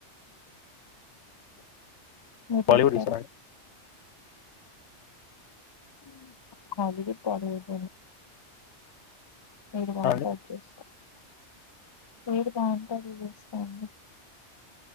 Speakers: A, on the left; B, on the left.
A: మీరు చూస్తారా?
B: బాలీవుడ్ చూస్తారండి అండి
A: మ్ ఆవిడా <unintelligible> ఏది బావుంటాయి
B: ఆ! అండి.
A: చూస్తాం. ఏది బావుంటే అది చూస్తాము.